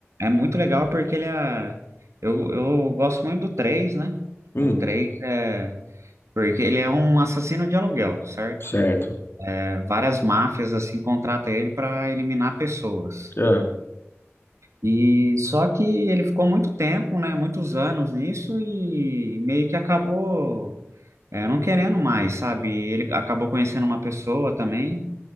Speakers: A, on the right; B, on the left.
A: é muito legal porque ele é... Eu, eu gosto muito do três, né?
B: Hum,
A: O três é... Porque ele é um assassino de aluguel, certo?
B: certo.
A: É, várias máfias, assim, contratam ele para eliminar pessoas.
B: É,
A: E só que ele ficou muito tempo, né, muitos anos nisso e meio que acabou é, não querendo mais, sabe? Ele acabou conhecendo uma pessoa também